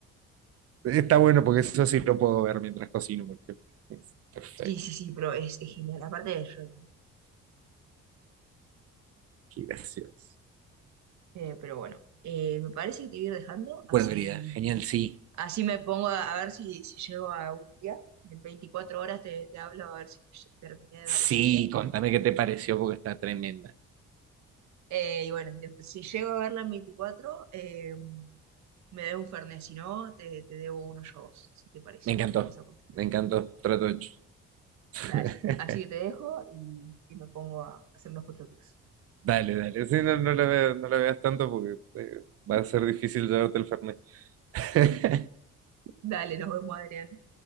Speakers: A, on the right; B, on the right.
A: Está bueno porque eso sí lo puedo ver mientras cocino, por ejemplo. Perfecto,
B: Sí, sí, sí, pero es, es genial. Aparte de Shrek,
A: qué gracioso.
B: Eh, pero bueno, eh, me parece que te voy a ir dejando,
A: Bueno,
B: así,
A: querida, genial, sí.
B: así me pongo a, a ver si, si llego a un día. En 24 horas te, te hablo a ver si ll- terminé de
A: Sí,
B: ver la serie.
A: contame qué te pareció porque está tremenda.
B: Eh, y bueno, de- si llego a verla en 24 eh, me debo un Fernet, si no, te, te debo unos yo a vos, si te parece.
A: Me encantó,
B: Vamos a apostar.
A: me encantó, trato hecho. <laughs>
B: Dale, así que te dejo y, y me pongo a hacer unos pochoclos.
A: Dale, dale. Sí, no, no la veas, no la veas tanto porque eh, va
B: <laughs>
A: a ser difícil llevarte el fernet. <laughs>
B: Dale, nos vemos, Adrián.